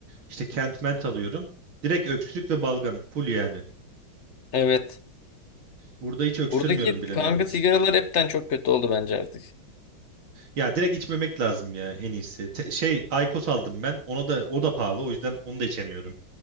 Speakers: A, on the right (about 80°); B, on the left (about 50°).
A: İşte Kent Mint alıyorum. Direkt öksürük ve balgam full yani.
B: Evet.
A: Burada hiç öksürmüyorum
B: Buradaki
A: bile
B: kanka
A: neredeyse.
B: sigaralar hepten çok kötü oldu bence artık.
A: Ya direkt içmemek lazım ya en iyisi. Te- şey Aykos aldım ben. Ona da o da pahalı. O yüzden onu da içemiyorum.